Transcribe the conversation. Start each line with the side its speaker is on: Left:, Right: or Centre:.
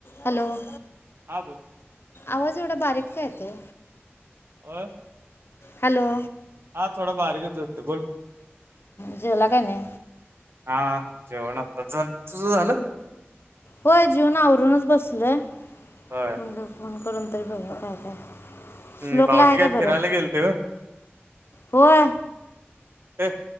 Left: हॅलो.
Right: हा बोल
Left: आवाज एवढा बारीक का येतोय.
Right: <unintelligible>
Left: हॅलो.
Right: हा थोडं बारीकच होते बोल की.
Left: जेवला काय नाही?
Right: हा जेवण आताच झालं तुझं झालं.
Left: होय जेवूण आवरूनच बसलोय.
Right: होय.
Left: म्हणल फोन करून तरी बघूया काय काय.
Right: ह
Left: श्लोकला
Right: भाऊजी
Left: आहे का
Right: काय
Left: बरं?
Right: फिरायला गेलते होय.
Left: होय.
Right: ते